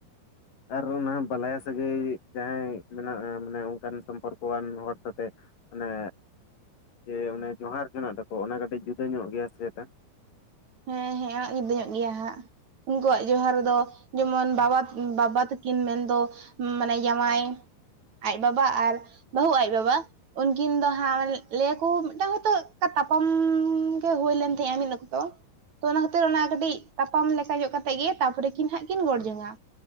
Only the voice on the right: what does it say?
ᱦᱮᱸ ᱦᱮᱸ ᱤᱫᱤᱭᱮᱜ ᱜᱮᱭᱟ ᱦᱟᱸᱜ ᱩᱱᱠᱩᱣᱟᱜ ᱡᱚᱦᱟᱨ ᱫᱚ ᱡᱮᱢᱚᱱ ᱵᱟᱵᱟ, ᱵᱟᱵᱟ ᱛᱟᱹᱠᱤᱱ ᱢᱮᱱᱫᱚ ᱢᱟᱱᱮ ᱡᱟᱶᱟᱭ ᱟᱡ ᱵᱟᱵᱟ ᱟᱨ ᱵᱟᱹᱦᱩ ᱟᱡ ᱵᱟᱵᱟ ᱩᱝᱠᱤᱱ ᱫᱚ ᱦᱟᱸᱜ <unintelligible> ᱠᱚ ᱢᱤᱫᱴᱟᱝ ᱦᱚᱭᱛᱳ ᱛᱟᱯᱟᱢ ᱜᱮ ᱦᱩᱭ ᱞᱮᱱ ᱛᱟᱦᱮᱸᱜᱼᱟ ᱢᱤᱫ ᱚᱠᱛᱚ ᱛᱚ ᱚᱱᱟ ᱠᱷᱟᱹᱛᱤᱨ ᱚᱱᱟ ᱠᱟᱹᱴᱤᱡ ᱛᱟᱯᱟᱢ ᱞᱮᱠᱟ ᱧᱚᱜ ᱠᱟᱛᱮᱫ ᱜᱮ ᱛᱟᱨᱯᱚᱨᱮ ᱠᱤᱱ ᱦᱟᱸᱜ ᱠᱤᱱ ᱜᱚᱲ ᱡᱚᱝᱼᱟ